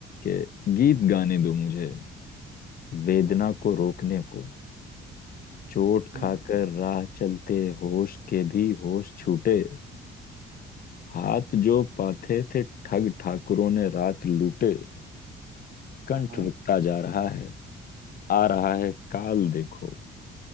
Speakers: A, on the left; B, on the right.
A: कि गीत गाने दो मुझे वेदना
B: हाँ,
A: को रोकने को चोट खाकर
B: हम्म
A: राह चलते होश के भी होश छूटे हाथ जो पाथे थे ठग ठाकुरों ने रात लूटे कंठ
B: हाँ हम्म
A: रुकता जा रहा है आ रहा है काल देखो